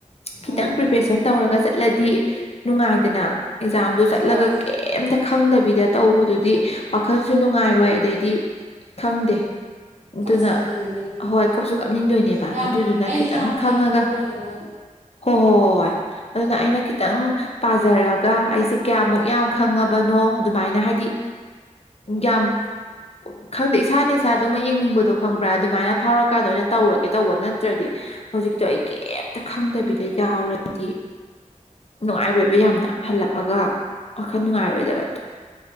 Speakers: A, on the left (about 50°); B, on the right (about 60°).
A: ꯈꯤꯇꯪ
B: ꯎꯝ ꯎꯝ
A: ꯄ꯭ꯔꯤꯄꯦꯁꯟ ꯇꯧꯔꯒ ꯆ ꯆꯠꯂꯗꯤ ꯅꯨꯡꯉꯥꯏꯗꯅ ꯑꯦꯛꯖꯥꯝꯗꯣ ꯆꯠꯂꯒ
B: ꯍꯣꯏ
A: ꯩꯝꯇ ꯈꯪꯗꯕꯤꯗ ꯇꯧꯕꯗꯨꯗꯤ ꯋꯥꯈꯜꯁꯨ ꯅꯨꯡꯉꯥꯏꯔꯣꯏ ꯑꯗꯩꯗꯤ ꯈꯪꯗꯦ ꯑꯗꯨꯅ
B: ꯀꯞꯁꯨ ꯀꯞꯅꯤꯡꯕꯅꯦ ꯏꯕꯦꯝꯃ
A: ꯍꯣꯏ ꯀꯞꯁꯨ ꯀꯞꯅꯤꯡꯗꯣꯏꯅꯦꯕ
B: ꯌꯥꯝ
A: ꯑꯗꯨꯗꯨꯅ
B: ꯑꯩꯁꯦ
A: ꯈꯤꯇꯪ
B: ꯌꯥꯝ
A: ꯈꯪꯉꯒ
B: ꯍꯩꯇ꯭ꯔꯕꯣ ꯀꯔꯤꯅꯣ
A: ꯍꯣꯏ ꯍꯣꯏ ꯍꯣꯏ ꯑꯗꯨꯅ ꯑꯩꯅ ꯈꯤꯇꯪ ꯄꯥꯖꯔꯒ ꯑꯩꯁꯦ ꯀꯌꯥꯃꯨꯛ ꯌꯥꯝ ꯣ ꯑꯗꯨꯃꯥꯏꯅ ꯍꯥꯏꯗꯤ ꯌꯥꯝ ꯈꯪꯗꯦ ꯏꯁꯥꯅ ꯏꯁꯥꯗꯣ ꯑꯃ ꯌꯦꯡꯅꯤꯡꯕꯗꯣ ꯈꯪꯕ꯭ꯔꯥ ꯑꯗꯨꯃꯥꯏꯅ ꯐꯥꯎꯔꯀꯥꯟꯗ ꯑꯣꯏꯅ ꯇꯧꯔꯒꯦ ꯇꯧꯕ ꯅꯠꯇ꯭ꯔꯗꯤ ꯍꯧꯖꯤꯛꯀꯤꯗꯣ ꯑꯩ ꯀꯩꯝꯇ ꯈꯪꯗꯕꯤꯗ ꯌꯥꯎꯔꯗꯤ ꯅꯨꯡꯉꯥꯏꯔꯣꯏꯕ ꯌꯥꯝꯅ ꯍꯜꯂꯛꯄ ꯍꯒ ꯋꯥꯈꯜ ꯅꯨꯡꯉꯥꯏꯔꯣꯏꯗꯕ